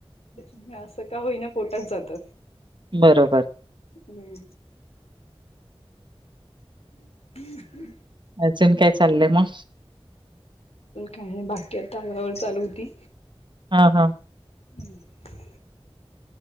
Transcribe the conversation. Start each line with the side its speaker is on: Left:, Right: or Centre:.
Left: त्याच्यामुळे असं का होईना पोटात जाता.
Right: बरोबर.
Left: हम्म. <unintelligible>
Right: अजून काय चाललंय मग?
Left: पण काय नाही. बाकी आता <unintelligible> चालू होती.
Right: हां हां.
Left: हम्म.